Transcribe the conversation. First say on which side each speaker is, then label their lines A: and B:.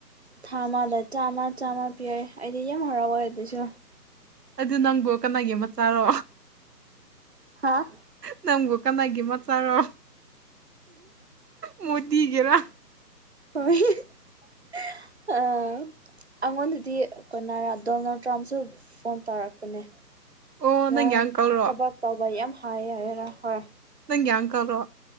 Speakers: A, on the right; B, on the right.
A: ꯊꯥ ꯑꯃꯗ ꯆꯥꯝꯃ ꯆꯥꯝꯃ ꯄꯤꯌꯦ ꯑꯩꯗꯤ ꯌꯥꯝ ꯍꯔꯥꯎꯋꯦ ꯑꯗꯨꯁꯨ
B: ꯑꯗꯨ ꯅꯪꯕꯨ ꯀꯅꯥꯒꯤ ꯃꯆꯥꯥꯔꯣ
A: ꯍꯥꯥ
B: ꯅꯪꯕꯨ ꯀꯅꯥꯒꯤ ꯃꯆꯥꯔꯣ ꯃꯣꯔꯇꯤꯒꯤꯔꯥ
A: ꯍꯣꯢ <unintelligible> ꯑꯥ ꯑꯩꯉꯣꯟꯗꯗꯤ ꯀꯣꯏꯅ ꯗꯣꯅꯥꯜ ꯇ꯭ꯔꯝꯁꯨ ꯐꯣꯟ ꯇꯧꯔꯛꯄꯅꯦ
B: ꯑꯣ
A: ꯅꯪ
B: ꯅꯪꯒꯤ ꯑꯪꯀꯜꯔꯣ
A: ꯊꯕꯛ ꯇꯧꯕ ꯌꯥꯝ ꯍꯥꯏ ꯍꯥꯏꯌꯦ ꯍꯥꯢꯗꯅ ꯍꯣꯏ
B: ꯅꯪꯒꯤ ꯑꯪꯀꯜꯔꯣ